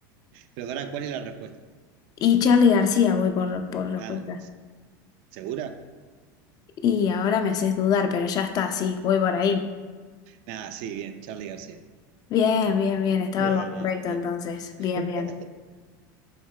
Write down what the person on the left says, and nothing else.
Y Charlie García voy por, por respuesta.
Y ahora me haces dudar, pero ya está, sí, voy por ahí.
Bien, bien, bien, estaba
lo correcto
entonces.
Bien, bien.